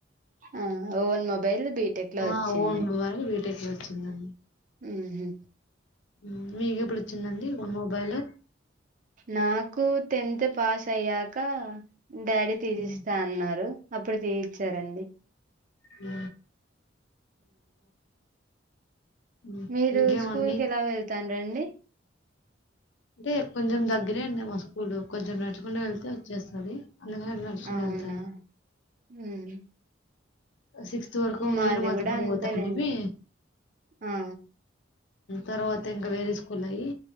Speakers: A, on the right (about 45°); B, on the left (about 75°).
A: ఆ ఓన్ మొబైల్ బీటెక్ లో
B: ఆ
A: వచ్చింది
B: ఓన్ వాళ్ బీటెక్ లో ఒచ్చిందండి
A: మ్ హ్
B: ఊమ్ మీకు ఇప్పుడు వచ్చిందండి వన్ మొబైల్
A: నాకు టెన్త్ పాస్ అయ్యాకా డాడీ తీసిస్తా
B: హ్మ్.
A: అన్నారు అప్పుడు తీయిచ్చారండి
B: ఉ హ్మ్.
A: మీరూ
B: ఇంకేమండి?
A: స్కూల్ కి ఎలా వెళ్తాన్రండి
B: అంటే కొంచెం దగ్గరే అండి మా స్కూలు కొంచెం నడుచకుండ వెళ్తే వచ్చేస్తది అందుకనే నడుచుకుంటూ
A: అవునా
B: వెళ్తాన్
A: మ్మ్
B: సిక్స్త్ వరకు
A: మాది
B: నేను మా
A: కూడా
B: తమ్ముడు
A: అంతేలేండి
B: పోతా అంటిమీ
A: ఆ
B: తర్వాత ఇంకా వేరేస్ కుల్లయి